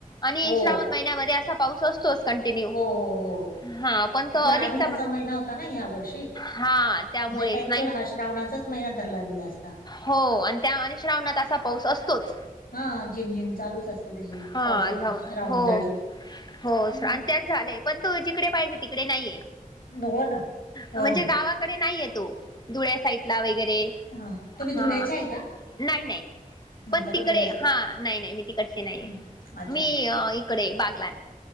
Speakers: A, on the left (about 30°); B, on the left (about 85°).
A: आणि
B: हो.
A: श्रावण महिन्यामध्ये असा पाऊस असतो कंटिन्यू
B: हो, हो, हो.
A: हा पण
B: आपला
A: त अधिकचा
B: अधिकाचा
A: महिना
B: होता ना यावर्षी.
A: हा त्यामुळेच
B: नाहीतर ॲक्चुअल
A: नाही.
B: हा श्रावणाचाच महिना धरला गेला असता.
A: हो आणि त्या आणि श्रावणात असा पाऊस असतोच.
B: हा झिम झिम चालूच असते त्याची
A: हां,
B: पावसात
A: जाऊ
B: श्रावण
A: हो,
B: झडी
A: हो
B: हं.
A: आणि त्याच झालंय. पण तो जिकडे पाहिजे तिकडे नाहीये
B: हो ना, हो
A: म्हणजे
B: ना.
A: गावात गावाकडे नाहीय तो धुळ्या साईडला वगैरे
B: हां. तुम्ही
A: हा
B: धुळ्याच्या आहे का?
A: नाही नाही
B: म्हटलं
A: पण तिकडे
B: का धुळ्याच्या?
A: हा नाही नाही मी तिकडची नाहीये
B: हं. अच्छा.
A: मी इकडे बागलान